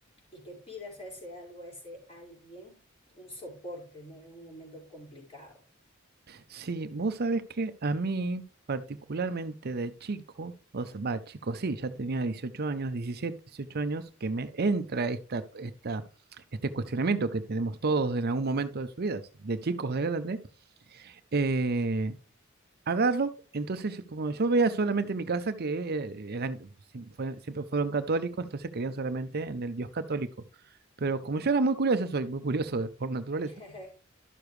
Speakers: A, on the left; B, on the right.
A: y que pidas a ese algo, a ese alguien, un soporte, ¿no? En un momento complicado.
B: sí, vos sabés que a mí, particularmente de chico, o sea, va, chico, sí, ya tenía 18 años, 17 18 años, que me entra esta, esta, este cuestionamiento que tenemos todos en algún momento de su vida, de chicos, de grandes, eh, Agarro, entonces yo- como yo veía solamente en mi casa que eh, eran, si- fue- siempre fueron católicos, entonces creían solamente en el Dios católico. Pero como yo era muy curioso, soy muy curioso de- por naturaleza,
A: <laughs>